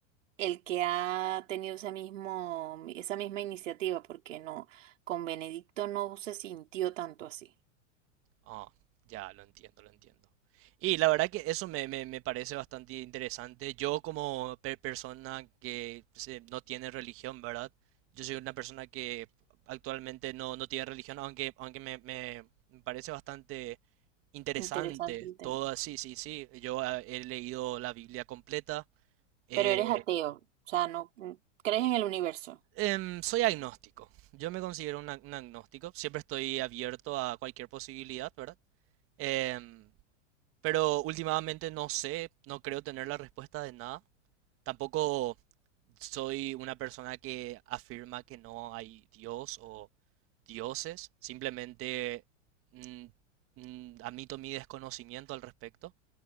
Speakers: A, on the right; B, on the right.
A: el que ha tenido ese mismo, esa misma iniciativa, porque no, con Benedicto no se sintió tanto así.
B: Ah, ya, lo entiendo, lo entiendo. Y la verdad que eso me, me- me parece bastante interesante. Yo como pe- persona que se- no tiene religión, ¿verdad? Yo soy una persona que actualmente no, no tiene religión, aunque, aunque me, me- me parece bastante interesante
A: Interesante el tema.
B: todo así, sí, sí. sí. Yo ah, he leído la Biblia completa. eh,
A: Pero eres ateo, o sea, no mm, crees en el universo.
B: em, soy agnóstico. Yo me considero un, ag- un agnóstico. Siempre estoy abierto a cualquier posibilidad, ¿verdad? Em, Pero últimamente no sé, no creo tener la respuesta de nada. Tampoco soy una persona que afirma que no hay Dios o dioses. Simplemente mm, mm, admito mi desconocimiento al respecto.